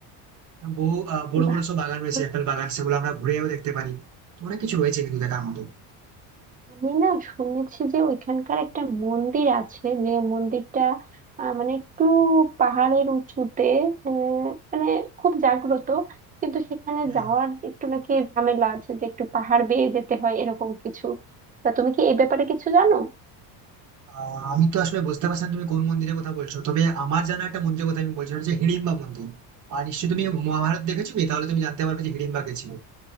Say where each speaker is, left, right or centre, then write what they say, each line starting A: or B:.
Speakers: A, on the right (about 45°); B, on the right (about 20°).
A: এবং বহু আহ, বড়
B: বাহ,
A: বড় সব বাগান
B: তাহলে
A: রয়েছে আপেল বাগান সেগুলো আমরা ঘুরেও দেখতে পারি তো অনেক কিছু রয়েছে কিন্তু দেখার মতো
B: আমি না শুনেছি যে ওইখানকার একটা মন্দির আছে যে মন্দিরটা আহ, মানে একটু পাহাড়ের উঁচুতে আহ, মানে খুব জাগ্রত কিন্তু সেখানে
A: হ্যাঁ
B: যাওয়ার একটু নাকি ঝামেলা আছে যে একটু পাহাড় বেয়ে যেতে হয় এরকম কিছু তা তুমি কি এই ব্যাপারে কিছু জানো
A: আহ, আমি তো আসলে বুঝতে পারছি না তুমি কোন মন্দিরের কথা বলছো তবে আমার জানা একটা মন্দিরের কথা আমি বলছি সেটা হচ্ছে হিড়িম্বা মন্দির আর নিশ্চয়ই তুমি মহাভারত দেখেছো কি? তাহলে তুমি জানতে পারবে যে হিড়িম্বা কে ছিল